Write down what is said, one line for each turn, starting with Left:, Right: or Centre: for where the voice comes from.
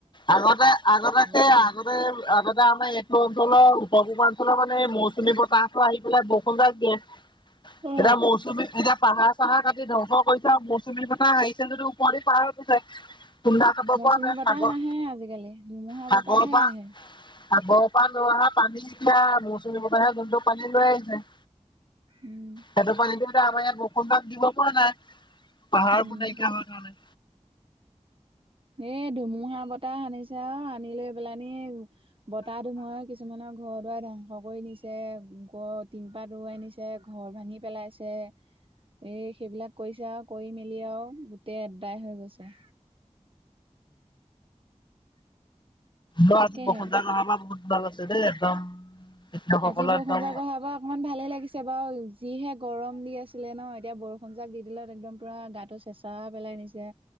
Left: আগতে, আগতে সেই
Right: তেতিয়া
Left: আগতে -আগতে- এতিয়া আমাৰ এইটো অঞ্চলৰ উত্তৰ পূৰ্বাঞ্চলৰ মানে মৌচুমী বতাহটো আহি পেলাই বৰষুণ যাগ দিয়ে।
Right: অ
Left: এতিয়া মৌচুমী, এতিয়া পাহাৰ চাহাৰ কাটি ধ্বংস কৰিছে আৰু মৌচুমীৰ বতাহ আহিছে যদিও- ওপৰেদি পাৰ হৈ গৈছে, খুন্দা খাব- পৰা
Right: চুমী
Left: নাই
Right: বতাহ
Left: সাগৰ
Right: নাহে আজিকালি, ধুমুহা
Left: সাগৰৰ
Right: বতাহ হে
Left: পৰা
Right: আহে।
Left: সাগৰৰ পৰা লৈ অহা পানী যেতিয়া মৌচুমী বতাহ হে, যোনটোক পানী লৈ আহিছে
Right: উম্,
Left: সেইতো পানী দি আমাৰ ইয়াত বৰষুণ যাক দিব পৰা নাই, পাহাৰবোৰ
Right: উম
Left: নাইকিয়া হয় গ'ল কাৰণে।
Right: এ ধুমুহা বতাহ আানিছে আৰু আনি লৈ পেলানি বতাহ ধুমুহাই কিছু কিছুমানৰ ঘৰ দুৱাৰ ধ্বংস কৰি নিছে, ওপৰ তিনপাত উৰুৱাই নিছে, ঘৰ ভাঙি পেলাইছে। এই সেইবিলাক কৰিছে আৰু কৰি মেলি আৰু গোটেই এডাই হৈ গৈছে।
Left: মই
Right: তাকেহে
Left: আজি বৰষুণ জাক নহাৰ পৰা বহুত ভাল পাইছোঁ দেই একদম। কৃষকসকলৰ
Right: আজি বৰষুণ
Left: একদম
Right: যাক অহা পা অকণমান ভালেই লাগিছে বাৰু, যিহে গৰম দি আছিলে ন, এতিয়া বৰষুণ যাক দি দিলে একদম পুৰা গাটো চেষ্ঠ ঠাণ্ডা পেলাই নিছে,